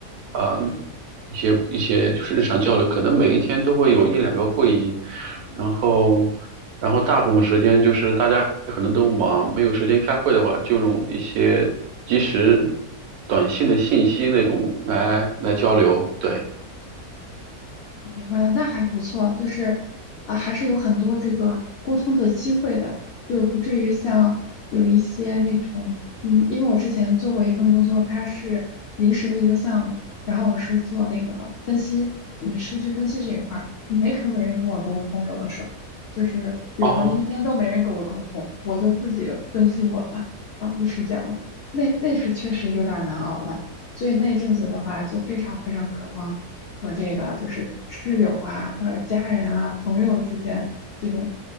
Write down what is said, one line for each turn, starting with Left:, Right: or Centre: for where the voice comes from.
Right: 嗯，一些一些就是日常交流，可能每一天都会有一两个会议，
Left: 嗯
Right: 然后然后大部分时间就是大家可能都忙，没有时间开会的话，就用一些即时短信的信息那种来来交流，
Left: 嗯。
Right: 对，
Left: 我明白了，那还不错，就是啊，还是有很多这个沟通的机会的，就不至于像有一些那种，嗯，因为我之前做过一份工作，它是临时的一个项目，然后我是做那个分析，嗯，数据分析这一块儿，没什么 <laughs> 人跟我沟通，有的时候就是有时候一天都没人跟我沟通，
Right: 哦。
Left: 我就自己分析我了，啊，就是这样子，那那是确实有点儿难熬的，所以那阵子的话，就非常非常渴望。和这个就是室友啊或者家人啊朋友之间这种